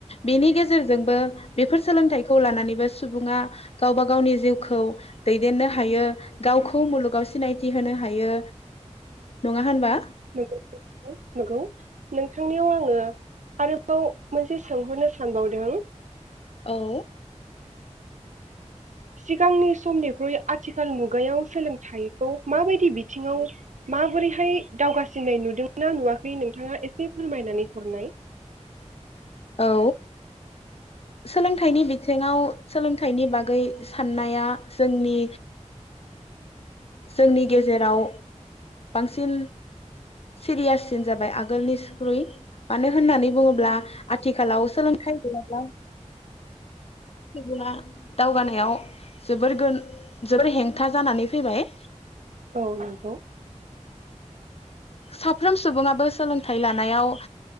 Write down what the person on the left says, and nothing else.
बेनि गेजेरजोंबो बेफोर सोलोंथाइखौ लानानैबो सुबुङा गावबा गावनि जिउखौ दैदेननो हायो गावखौ मुलुगाव सिनायथि होनो हायो नङा होनबा?
औ
औ सोलोंथाइनि बिथिङाव सोलोंथाइनि बागै साननाया जोंनि जोंनि गेजेराव बांसिन सिरियाससिन जाबाय आगोलनिसख्रुइ मानो होननानै बुङोब्ला आथिखालाव सोलोंथाइ गैयाब्ला <unintelligible> सुबुङा दावगानायाव जोबोर गो जोबोर हेंथा जानानै फैबाय।
साफ्रोम सुबुङाबो सोलोंथाइ लानायाव